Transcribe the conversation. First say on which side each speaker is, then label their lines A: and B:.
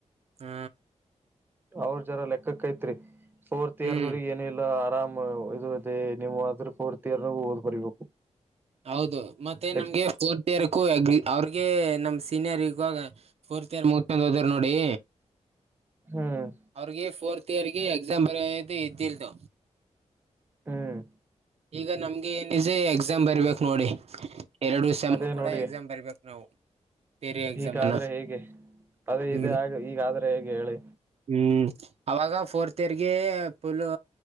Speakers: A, on the right; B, on the right.
A: ಹಾ.
B: ಅವ್ರ ಜರ ಲೆಕ್ಕಕ್ ಐತ್ರಿ ಫೋರ್ತ್ ಇಯರ್
A: ಹ್ಮ್
B: ದವ್ರಗಿ ಏನಿಲ್ಲ ಆರಾಮ್. ಇದು ಅದೇ ನೀವು ಅ ಆದ್ರೆ ಫೋರ್ತ್ ಇಯರ್ ನ ಓದ್ ಬರಿಬೇಕು.
A: ಹೌದು ಮತ್ತೆ
B: ನೆಕ್ಸ್ಟ್
A: ನಮ್ಗೆ ಫೋರ್ತ್ ಇಯರ್ಕು ಅಗ್ರಿ. ಅವ್ರ್ ಗೆ ನಮ್ ಸೀನಿಯರ್ ಇವಾಗ ಫೋರ್ತ್ ಇಯರ್ ಮುಗದ್ಮೇಲೆ ಹೋದ್ರು ನೋಡಿ.
B: ಹ್ಮ್.
A: ಅವ್ರಿಗೆ ಫೋರ್ತ್ ಇಯರ್ಗೆ ಎಕ್ಸಾಮ್ ಬರೆಯೋದು ಇದ್ದಿಲ್ದು.
B: ಹ್ಮ್.
A: ಈಗ ನಮ್ಗೆ ಏನಿದೆ ಎಕ್ಸಾಮ್ ಬರೀಬೇಕ್ ನೋಡಿ. ಎರಡು ಸೆಮ್
B: ಅದೇ
A: ಕೂಡ
B: ನೋಡಿ
A: ಎಕ್ಸಾಮ್ ಬರ್ಬೇಕು ನಾವು. ಥಿಯರಿ ಎಕ್ಸಾಮ್
B: ಹೀಗಾದ್ರೆ
A: ಅನ್ನ
B: ಹೇಗೆ ಅದೇ ಇದು
A: ನೋಡಿ.
B: ಈಗಾದ್ರೆ ಹೇಗೆ ಹೇಳಿ.
A: ಹ್ಮ್ ಅವಾಗ ಫೋರ್ತ್ ಇಯರ್ಗೆ ಪುಲ್ಲು.